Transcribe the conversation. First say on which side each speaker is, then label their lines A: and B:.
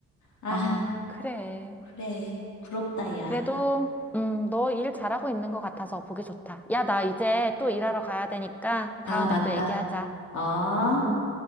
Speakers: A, on the left (about 70°); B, in the centre.
A: 아,
B: 아, 그래.
A: 그래. 부럽다, 야.
B: 그래도, 음, 너 일 잘하고 있는 것 같아서 보기 좋다. 야, 나 이제 또 일하러 가야 되니까 다음에
A: 아, 맞다.
B: 또 얘기하자.
A: 어?
B: 음,